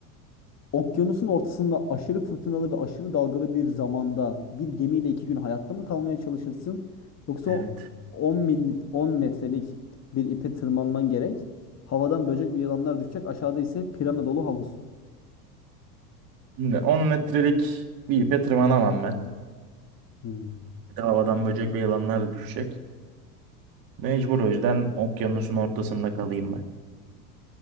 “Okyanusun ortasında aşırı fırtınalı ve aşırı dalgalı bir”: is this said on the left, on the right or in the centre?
Left